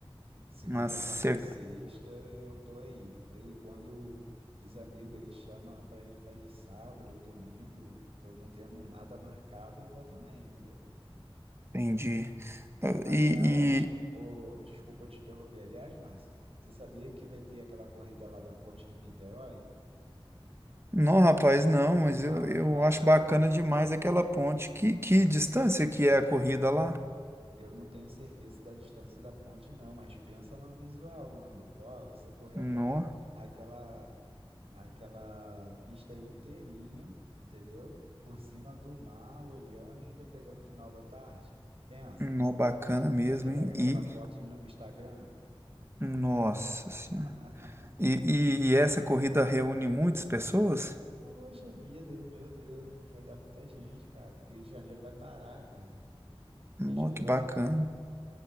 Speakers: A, on the right (about 80°); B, on the right (about 25°).
A: Segunda,
B: Mas, cê-
A: quarta e sexta eu tô aí, entendeu? E quando os amigos aí chamam para ir fazer sábado ou domingo, eu não tendo nada marcado, eu vou também, entendeu?
B: entendi. Ah,
A: Aliás,
B: E, e-
A: o... desculpa te interromper. Aliás, Márcio, você sabia que vai ter aquela corrida lá da Ponte Rio-Niterói?
B: não, rapaz, não, mas
A: Rapaz,
B: eu, eu acho bacana demais aquela ponte. Que, que
A: ah,
B: distância que é a corrida lá?
A: eu não tenho certeza da distância da ponte, não, mas pensa no visual, meu maluco. Ó, você correr
B: Nó,
A: aquela, aquela, aquela pista inteirinha, entendeu? Por cima do mar, olhando e ainda pegando o final da tarde. Pensa,
B: nó, bacana mesmo,
A: aquela,
B: hein?
A: aquela
B: E,
A: foto indo pro Instagram.
B: nossa senhora.
A: <laughs>
B: E, e, e essa corrida reúne muitas pessoas?
A: Poxa vida, meu Deus, vai dar muita gente, cara. Rio de Janeiro vai parar, cara.
B: Nó,
A: Rio de Janeiro
B: que
A: vai
B: bacana.
A: parar.